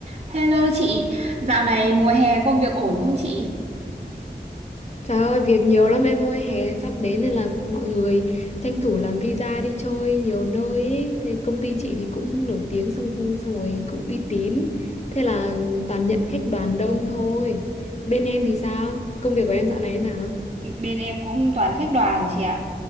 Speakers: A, on the right; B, on the left.
A: Hello chị, dạo này mùa hè công việc ổn không chị?
B: Trời ơi, việc nhiều lắm em ơi, hè sắp đến nên là mọi người tranh thủ làm visa đi chơi nhiều nơi ấy. Thế công ty chị thì cũng nổi tiếng xong xong rồi cũng uy tín. Thế là toàn nhận khách đoàn đông thôi. Bên em thì sao? Công việc của em dạo này thế nào?
A: Bên em cũng toàn khách đoàn chị ạ.